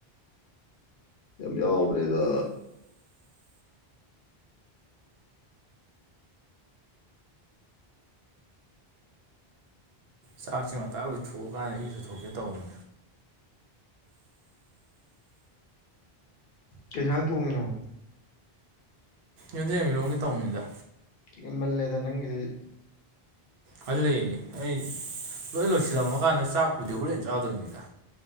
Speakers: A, on the left; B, on the right.
A: ꯌꯥꯝ ꯌꯥꯎꯕꯅꯦꯗ
B: ꯆꯥꯛꯁꯤ ꯉꯅꯇ ꯂꯣꯏꯊꯣꯛꯑ ꯀꯥꯟꯗ ꯏꯔꯨ ꯊꯣꯛꯣꯛꯀꯦ ꯇꯧꯕꯅꯦ
A: ꯀꯩꯁꯥꯡ ꯊꯣꯡꯉꯤꯅꯣ
B: ꯌꯣꯟꯗꯦꯝ ꯏꯔꯣꯝꯒꯤ ꯇꯧꯅꯤꯗ
A: ꯉꯜꯃꯜꯂꯦꯗ ꯅꯪꯒꯤꯗꯨꯗꯤ
B: ꯍꯜꯂꯛ ꯑꯩ ꯂꯣꯏ ꯂꯣꯏꯁꯤꯜꯂꯝꯃꯀꯥꯟꯗ ꯆꯥꯛꯄꯨꯗꯤ ꯍꯣꯔꯦꯟ ꯆꯥꯗꯧꯅꯤꯗ